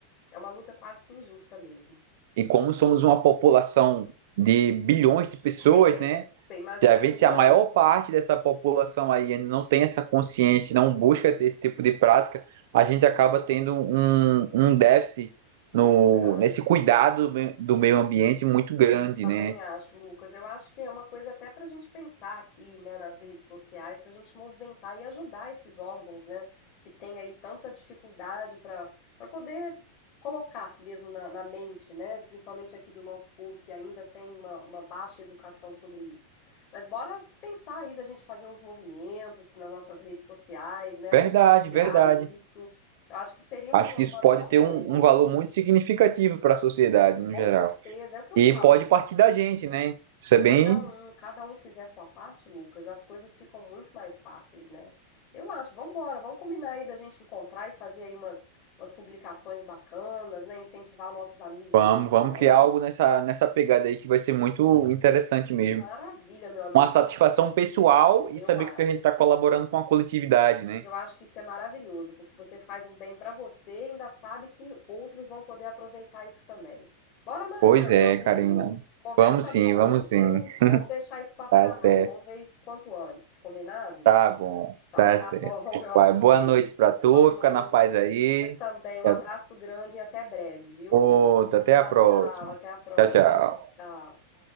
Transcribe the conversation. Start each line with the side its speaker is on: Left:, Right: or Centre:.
Left: É uma luta quase que injusta mesmo.
Right: e como somos uma população de bilhões de pessoas,
Left: <laughs>
Right: né?
Left: Você imagina
Right: Se a gente,
Left: bilhões,
Right: se a maior parte dessa população aí não tem essa consciência, não busca
Left: sim,
Right: ter esse tipo de prática, a gente acaba tendo um, um déficit
Left: muito
Right: no,
Left: grande.
Right: nesse cuidado do meio- do meio ambiente muito grande,
Left: Também
Right: né?
Left: acho, Lucas. Eu acho que é uma coisa até para a gente pensar aqui, né, nas redes sociais, para a gente movimentar e ajudar esses órgãos, né, que tem aí tanta dificuldade para para poder colocar mesmo na, na mente, né, principalmente aqui do nosso povo que ainda tem uma, uma baixa educação sobre isso. Mas bora pensar aí da gente fazer uns movimentos nas nossas redes sociais, né,
Right: Verdade,
Left: compartilhar
Right: verdade.
Left: isso. Eu acho que seria uma,
Right: Acho que
Left: uma
Right: isso pode
Left: boa
Right: ter
Left: coisa.
Right: um, um valor muito significativo para a sociedade no
Left: Com
Right: geral.
Left: certeza, é o que eu
Right: E
Left: falo.
Right: pode partir da gente, né? Isso é bem.
Left: Cada um cada um fizer a sua parte, Lucas, as coisas ficam muito mais fáceis, né. Eu acho, vamos embora, vamos combinar aí da gente encontrar e fazer aí umas umas publicações bacanas, né, incentivar os nossos amigos
Right: Vamos,
Left: a isso também.
Right: vamos criar algo nessa, nessa pegada aí que vai ser muito interessante
Left: Maravilha,
Right: mesmo.
Left: meu amigo,
Right: Uma satisfação
Left: por
Right: pessoal e
Left: eu
Right: saber
Left: acho.
Right: que a gente está colaborando com a coletividade, né?
Left: Eu acho que isso é maravilhoso, porque você faz um bem pra você e ainda sabe que outros vão poder aproveitar isso também. Bora marcar,
Right: Pois é,
Left: meu amigo.
Right: Karina.
Left: Conversa
Right: Vamos sim,
Left: boa,
Right: vamos
Left: viu?
Right: sim.
Left: Vamos deixar isso passar
Right: Tá certo,
Left: não, vamos ver isso quanto antes, combinado?
Right: tá bom,
Left: Então
Right: tá
Left: tá
Right: certo.
Left: bom, meu amigo.
Right: Vai, boa noite pra tu,
Left: Boa noite.
Right: fica na paz aí.
Left: Você também. Um
Right: Até
Left: abraço grande e até breve, viu?
Right: outra, até a
Left: Tchau,
Right: próxima.
Left: tchau. Até a próxima.
Right: Tchau, tchau.
Left: Tchau.